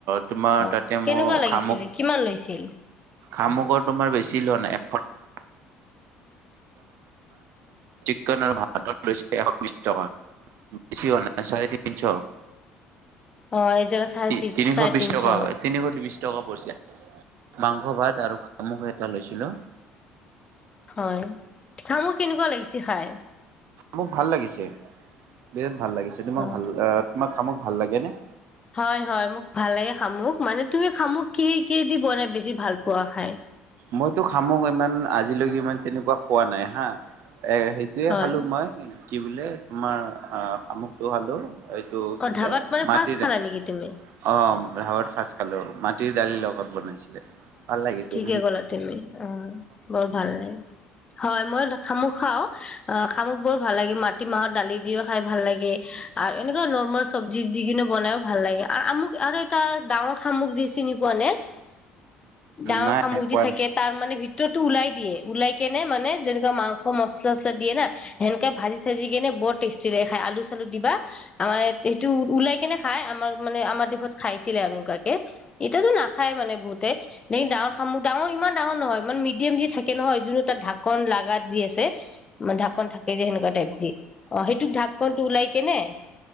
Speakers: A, on the right; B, on the left.
A: তোমাৰ
B: অ
A: তাতে
B: কেনেকুৱা
A: মোৰ
B: লাগিছিলে
A: খামুক
B: কিমান লৈছিল
A: খামুকৰ তোমাৰ বেছি লোৱা নাই <inaudible> চিকেন ভাত লৈ এশ বিশ টকা বেছি হোৱা নাই চাৰে তিনিশ
B: অ এজনৰ চাৰে
A: তি
B: চি
A: তিনিশ
B: চাৰে
A: বিশ
B: তিনশ
A: টকা
B: অ
A: তিনিশ বিশ টকা পৰিছিল মাংস ভাত আৰু শামুক এটা লৈছিলো
B: হয় তিখা সামুক কেনেকুৱা লাগিছি খাই
A: মোক ভাল লাগিছে বিৰাট ভাল লাগিছে তোমাক
B: অ
A: ভাল তোমাক খামাক ভাল লাগে নে
B: হয় হয় মোক ভাল লাগে খামুক মানে তুমি খামুক কি কি দি বনাই বেছি ভাল পোৱা খাই
A: মইতো খামো ইমান আজিলৈকে ইমান তেনেকুৱা খোৱা নাই হা এ সেইটোয়ে
B: হয়
A: খালো মই কি বোলে তোমাৰ অ সামুখটো ভালো টো
B: অ
A: বোলে
B: ধাবাত মানে
A: মাটি
B: ফাৰ্ষ্ট খালা
A: দ
B: নেকি তুমি
A: অাৱত ফ <unintelligible> খালো মাটিৰ দালি লগত বনাইছে ভাল লাগিছিল
B: িকে গলা তুমি অ বৰ ভাল লাগে হয় মই খামুক খাও অ খামুক বৰ ভাল লাগে মাটি মাহত দালি দিও খাই ভাল লাগে আৰু এনেকুৱা নৰ্মল চব্জি দি কিনে <unintelligible> বনাইও ভাল লাগে আৰু আমুক আৰু এটা ডাঙৰ খামুক যি চিনি পোৱা নে ডাঙৰ
A: নাই
B: সামগ্ৰী
A: খোৱা
B: থাকে
A: নাই।
B: তাৰ মানে ভিতৰতো ওলাই দিয়ে ওলাই কেনে মানে যেনেকুৱা মাংস মচলা চচলা দিয় না সেনেকুৱে ভাজি ভাজি কেনে বৰ টেষ্টি লাগে খাই আলু চালু দিবা আমাৰ সেইটো ওলাই কেনে খাই আমাৰ মানে আমাৰ দেশত খাইছিলে আৰু এনেকুৱাকে এতিয়াতো নাখাই মানে বহু ডাঙৰ সাম ডাঙৰ ইমান ডাঙৰ নহয় মানে মিডিয়াম যি থাকে নহয় যোনো তাত ঢাকন লগাগাত যি আছে মান ঢাকন থাক সেই যে সেনেকুৱা টাইপ যি অ সেইটোক ঢাককনটো ওলাই কেনে